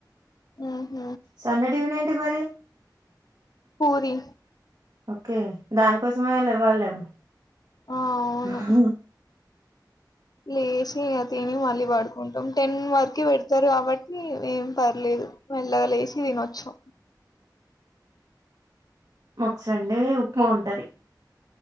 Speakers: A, on the left (about 60°); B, on the right (about 60°).
A: ఆహ
B: సండే టిఫిన్ ఏంటి మరి
A: పూరి
B: ఓకే దానికోసమయినా లెవ్వల్నేమో
A: ఆ అవును
B: హ
A: లేచి అ తిని మళ్ళీ పడుకుంటాం టెన్ వరకు పెడతారు కాబట్టి ఏం పర్లేదు మెల్లగా లేసి తినొచ్చు
B: మాకు సండే ఉప్మా ఉంటది